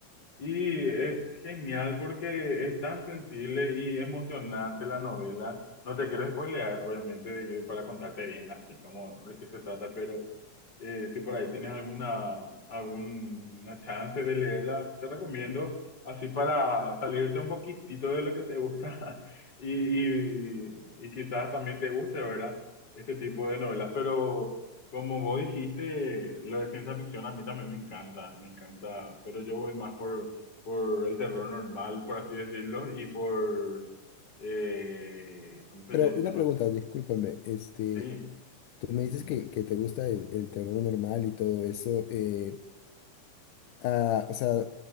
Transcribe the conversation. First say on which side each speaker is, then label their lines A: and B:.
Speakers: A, on the left; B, on the left.
A: Y es genial porque es tan sensible y emocionante la novela. No te quiero spoilear, obviamente, de- para contarte bien así como de qué se trata, pero eh, si por ahí tienes alguna, alguna chance de leerla, te recomiendo, así para salirte un poquitito de lo que te gusta <laughs> y, y, y quizás también te guste, ¿verdad? Este tipo de novelas. Pero como vos dijiste, lo de ciencia ficción a mí también me encanta, me encanta, pero yo voy más por por el terror normal, por así decirlo, y por, eh, ¿cómo se
B: Pero
A: lle-
B: una
A: llama?
B: pregunta, discúlpame, este,
A: Sí,
B: tú me dices que, que te gusta el, el terror normal y todo eso, eh, ah, o sea,